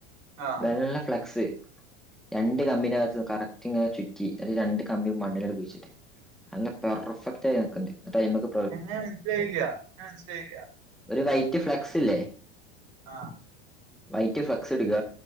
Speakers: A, on the right (about 55°); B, in the centre.
A: ആ
B: വെള്ള ഫ്ലക്സ് രണ്ട് കമ്പിനകത്ത് കറക്റ്റ് ഇങ്ങനെ ചുറ്റി. അന്നിട്ട് രണ്ട് കമ്പിയും മണ്ണിൽഅങ്ങട്ട് കുഴിച്ചിട്ട്. നല്ല പെർഫെക്റ്റ് ആയി നിക്കുണ്ട്. ആ ടൈംമിക്ക്
A: എങ്ങനെ മനസ്സിലായില്ല? എങ്ങനെ മനസ്സിലായില്ല?
B: ഒരു വൈറ്റ് ഫ്ലക്സ് ഇല്ലേ
A: ആഹ്
B: വൈറ്റ് ഫ്ലക്സ് അടിക്കുക